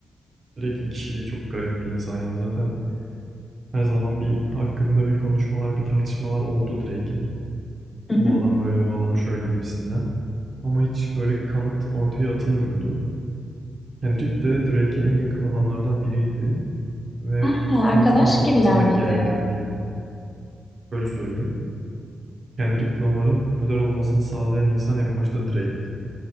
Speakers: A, on the right; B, on the left.
A: Drake'in kişiliği çok garip bir insan ya. Zaten her zaman bir hakkında bir konuşmalar, bir tartışmalar oldu Drake'in.
B: Hı
A: Bu
B: hı.
A: adam böyle, bu adam şöyle gibisinden. Ama hiç böyle kanıt ortaya atılmıyordu. Kendrick de Drake'e en yakın adamlardan biriydi ve
B: Aa,
A: somut
B: arkadaş
A: kanıt
B: gibiler
A: atmasına
B: miydi?
A: gerek yok yani. Böyle söyleyeyim. Kendrick Lamar'ın popüler olmasını sağlayan insan en başta Drake'ti.